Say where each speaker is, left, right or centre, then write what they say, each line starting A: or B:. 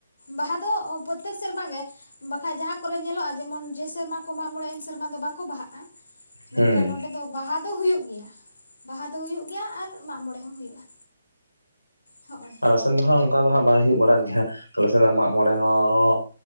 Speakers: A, on the left; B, on the left.
A: ᱵᱟᱦᱟ ᱫᱚ ᱯᱨᱚᱛᱛᱮᱠ ᱥᱮᱨᱢᱟ ᱜᱮ ᱵᱟᱠᱷᱟᱡ ᱡᱟᱦᱟᱸ ᱠᱚᱨᱮᱜ ᱧᱮᱞᱚᱜ-ᱟ ᱡᱮᱢᱚᱱ ᱡᱮ ᱥᱮᱨᱢᱟ ᱠᱚ ᱢᱟᱜ ᱢᱚᱬᱮᱜ-ᱟ ᱮᱱ ᱥᱮᱨᱢᱟ ᱫᱚ ᱵᱟᱠᱚ ᱵᱟᱦᱟᱜ-ᱟ᱾ ᱢᱮᱱᱠᱷᱟᱱ
B: ᱦᱩᱸ
A: ᱱᱚᱸᱰᱮ ᱫᱚ ᱵᱟᱦᱟ ᱫᱚ ᱦᱩᱭᱩᱜ ᱜᱮᱭᱟ ᱵᱟᱦᱟ ᱫᱚ ᱦᱩᱭᱩᱜ ᱜᱮᱭᱟ ᱟᱨ ᱢᱟᱜ ᱢᱚᱬᱮ ᱦᱚᱸ ᱦᱩᱭᱩᱜ-ᱟ᱾ ᱦᱚᱜ-ᱚᱭ
B: ᱟᱞᱮ ᱥᱮᱱ ᱫᱚ ᱦᱟᱸᱜ ᱚᱱᱠᱟ ᱫᱚ ᱦᱟᱸᱜ ᱵᱟᱭ ᱦᱳᱭᱳᱜ ᱵᱟᱲᱟᱜ ᱜᱮᱭᱟ ᱟᱞᱮ ᱥᱮᱱ ᱫᱚ ᱢᱟᱜ ᱢᱚᱬᱮ ᱦᱚᱸ